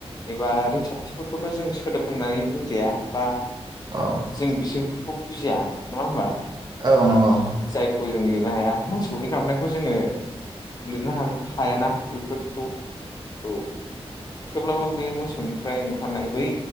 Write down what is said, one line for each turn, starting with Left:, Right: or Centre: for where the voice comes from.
Left: एबा रोंसथिफोरखौथ' जों सोदोब होननानै बुंजाया बा
Right: औ
Left: जों बिसोरनिखौ बुजिया नङा होमबा
Right: औ नंगौ
Left: जायखौ जों लिरनो हाया मोसौनि गाबनायखौ जोङो लिरनो हा हायाना बेफोरखौ औ थेवब्लाबो बे मोसौनिफ्राय ओंखारनाय बै